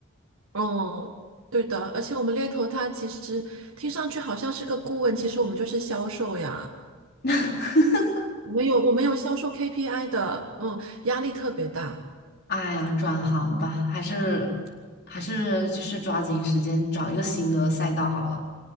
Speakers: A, on the right; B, on the left.
A: 哦，对的，而且我们猎头他其实听上去好像是个顾问，其实我们就是销售呀，
B: <laughs>
A: 我们有我们有销售 KPI 的，嗯，压力特别大。
B: 哎呀，转行吧，还是还是就是抓紧时间找一个新的赛道好了。